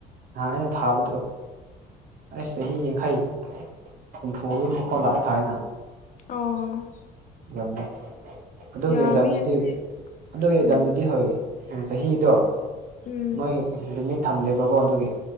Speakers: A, on the right; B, on the left.
A: ꯅꯍꯥꯟ ꯑꯩꯅ ꯊꯥꯕꯗꯣ ꯑꯩꯁ ꯆꯍꯤ ꯌꯥꯡꯈꯩ ꯍꯨꯝꯐꯨꯒꯤ ꯃꯈꯥꯎ ꯂꯥꯛꯑꯏ ꯊꯥꯑꯦꯅ
B: ꯑꯣ
A: <unintelligible> ꯑꯗꯨꯒꯤ
B: ꯌꯥꯝꯃꯤ
A: ꯑꯦꯛꯖꯥꯝꯗꯤ
B: ꯑꯗꯨꯗꯤ
A: ꯑꯗꯨꯒꯤ
B: ꯎꯝ
A: ꯑꯦꯛꯖꯥꯝꯗꯨꯗꯤ ꯍꯣꯏ ꯆꯍꯤꯗꯣ
B: ꯎꯝ
A: ꯃꫭꯏ ꯂꯤꯃꯤꯠ ꯊꯝꯗꯦꯕꯀꯣ ꯑꯗꯨꯒꯤ